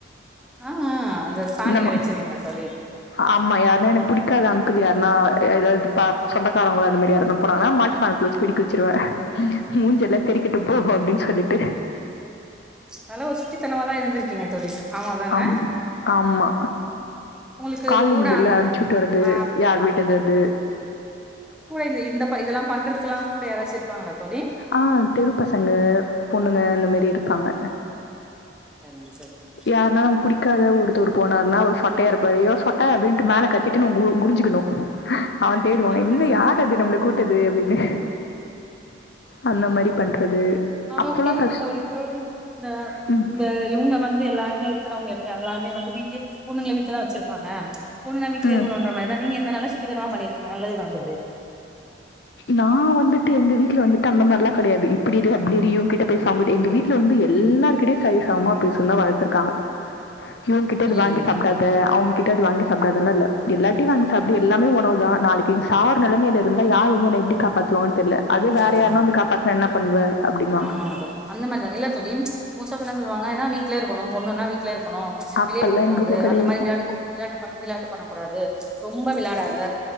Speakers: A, in the centre; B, on the left (about 55°).
A: ஆ ஆ ஆ அந்த சாணில
B: நம்ம
A: வச்சிருவீங்களா தோழி
B: ஆமா யாருன்னா எனக்கு புடிக்காத அங்கிள் யாருனா ஏதாவது ப சொந்தக்காரவங்க அந்த மாரி யாருனா போனனா மாட்டு சாணத்துல வச்சு வெடிக்க வச்சிருவே மூஞ்செல்லா தெறிக்கட்டு போ அப்டின்னு சொல்லிட்டு
A: நல்லா ஒரு சுட்டி தனமா தா இருந்திருக்கீங்க தோழி ஆமா தான
B: ஆம் ஆமா
A: உங்களுக்கு
B: காலிங்
A: கூட
B: பெல்ல
A: அன்
B: அனும்புச்சு விட்டு வறது
A: ஆ
B: யார் வீட் டுதது
A: கூட இந்த ப இதெல்லா பண்றதுக்குல்லா கூடயாராச்சும் இருப்பாங்களா தோழி
B: ஆ தெரு பசங்க பொண்ணுங்க இந்த மேரி இருப்பாங்க
A: சரிங் தோழி
B: யாருனா புடிக்காத ஒருத்தர்ரு போனாருன்னா அவரு சொட்டையா இருப்பாரு யோ சொட்ட அப்டின்ட்டு மேல கட் கிட்டணும் கு குனிஞ்சுக்கணும் அவன் தேடுவான் எங்க
A: சரி சொல்லிச்சு
B: யார் அது நம்மளை கூட்டது அப்டின்னு அந்த மாரி பண்றது
A: நா
B: அப்பல்லா
A: கேள்விப்பட்ட
B: ஃபஸ்ட்
A: வரைக்கும் இந்த
B: ம்
A: இந்த இவங்க வந்து எல்லாருமே இருக்கறவங்க இப்ப எல்லாருமே வந்து வீட்லே பொண்ணுங்கள வீட்லதா வச்சிருப்பாங்க பொண்ணுான வீட்லயே
B: ம்
A: இருக்கணுன்ற மாதிரி நீங்க நல்ல சுட்டி தனமா பண்ணிருக்கீங்க நல்லதுதா தோழி
B: நா வந்துட்டு எங்க வீட்ல வந்துட்டு அந்த மாரிலா கெடையாது இப்டி இரு அப்டி இரு இவங்க கிட்ட பேசு அவங்க கிட்ட பேசு எங்க வீ ட்ல வந்து எல்லார்கிட்டயு சரி சரிசமமா பேசுன்னு தான் வளத்திருக்காங்க இவங்க கிட்ட
A: புரியுதுங்க
B: அத வாங்கி சாப்படாத
A: தோழி
B: அ அவங்ககிட்ட அது வாங்கி சாப்பிடாதல்லா இல்ல எல்லார்கிட்டயு வாங்கி சாப்டு எல்லாம உணவு தா நாளைக்கி நீ சாகுர நிலமைள இருந்தா யாரு வந்து ஒன்ன எப்டி காப்பாத்துவாங்க தெர்ல அது வேற
A: சரி
B: யாருன்ன
A: ஆமா
B: வந்து காப்பாத்தனா என்ன பண்ணுவ அப்படின்வாங்க
A: ஆமாங்க தோழி அந்தமாரி நறையா தோழி மோஸ்ட் ஆப் என்ன சொல்வாங்கன்னா வீட்லயே இருக்கணு பொண்ணுன்ன வீ்ட்லயே இருக்கணும்
B: அப்பெல்லாம்
A: வெளியே போக கூடாது
B: எங்கள் வீட்டில் கிடையாது
A: அந்த மாரி விளையாட்டு விளையாட்டு விளையாட்டு பண்ணக்க கூடாது ரொம்ப விளையாடாத